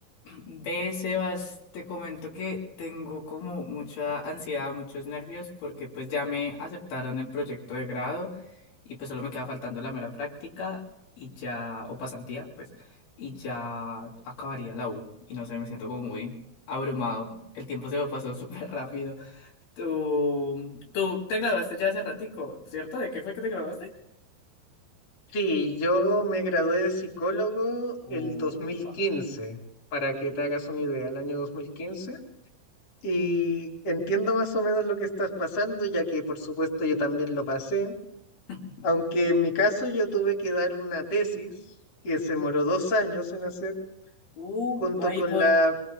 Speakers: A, on the left (about 85°); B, on the left (about 45°).
A: Ve, Sebas, te comento que tengo como mucha ansiedad, muchos nervios, porque pues ya me aceptaron el proyecto de grado y pues solo me queda faltando la mera práctica y ya, o pasantía, pues, y ya acabaría la U. Y no sé, me siento como muy abrumado. El tiempo se me pasó <laughs> súper rápido. Tú, tú te graduaste ya hace ratico, ¿cierto? ¿De qué fue que te graduaste?
B: Sí, yo me gradué de psicólogo
A: Upa.
B: el 2015, para que te hagas una idea, el año 2015. Y entiendo más o menos lo que estás pasando, ya que por supuesto yo también lo pasé,
A: <laughs>
B: aunque en mi caso yo tuve que dar una tesis que se demoró dos años en hacer
A: Upa,
B: junto
A: ¿y
B: con
A: por,
B: la